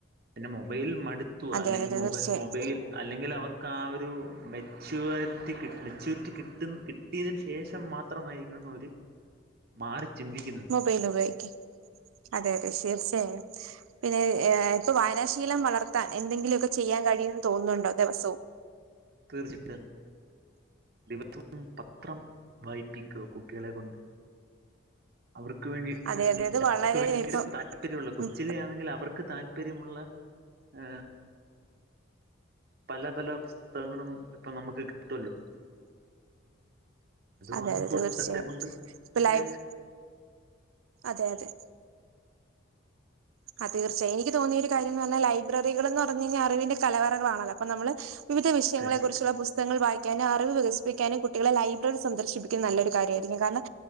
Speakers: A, on the right (about 50°); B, on the right (about 85°).
A: പിന്നെ മൊബൈൽ മടുത്തു
B: അതെ
A: അല്ലെങ്കിൽ
B: അതെ തീർച്ചയായും
A: മൊബ മൊബൈൽ. അല്ലെങ്കിൽ അവർക്ക് ആ ഒരു മെച്യൂആരാറ്റി കി മെച്യൂരിറ്റി കിട്ട് കിട്ടിയതിന് ശേഷം മാ മാത്രമായിരിക്കണം അവര് മാറി ചിന്തിക്കുന്നത്.
B: മൊബൈൽ ഉപയോക്ക് അതെ അതെ ശിർസായായും. പിന്നെ ഇപ്പൊ വായനാശീലം വളർത്താൻ എന്തെങ്കിലുമൊക്കെ ചെയ്യാൻ കഴിയുമന്ന് തോന്നുന്നുണ്ടോ ദിവസവും?
A: തീർച്ചയായിട്ടും. ദിവസവും പത്രം വായിപ്പിക്കുക, കുട്ടികളെ കൊണ്ട്. അവർക്ക് വേണ്ടിട്ട്
B: അതെ അതെ അത്
A: അവർക്ക്
B: വളരെ
A: വേണ്ടീട്ട്
B: ഇപ്പം
A: താല്പര്യമുള്ള കൊച്ചിലെ
B: ഉം
A: ആണെങ്കിൽ അവർക്ക് താൽ പര്യമുള്ള ആ പല പല പുസ്തകങ്ങളും ഇപ്പൊ നമുക്ക് കിട്ടുല്ലോ?
B: അതെതെ,
A: വാങ്ങിക്കൊടുത്തത്
B: തീർച്ചയായും.
A: കൊണ്ട്
B: ഇപ്പൊ
A: അവരെ
B: ലൈ- അതെ അതെ. ആ തീർച്ചയായും. എനിക്ക് തോന്നിയൊരു കാര്യംന്ന് പറഞ്ഞാൽ ലൈബ്രറികൾ എന്ന് പറഞ്ഞു കഴിഞ്ഞാ അറിവിന്റെ കലവറകളണല്ലോ? അപ്പൊ നമ്മള് വിവിധ വിഷയങ്ങളെക്കുറിച്ചുള്ള
A: തീർച്ചയായിട്ടും
B: പുസ് തകങ്ങൾ വായിക്കാനും അറിവ് വികസിപ്പിക്കാനും കുട്ടികളെ ലൈബ്രറി സന്ദർശിപ്പിക്കുന്ന നല്ലൊരു കാര്യമായിരിക്കും. കാരണം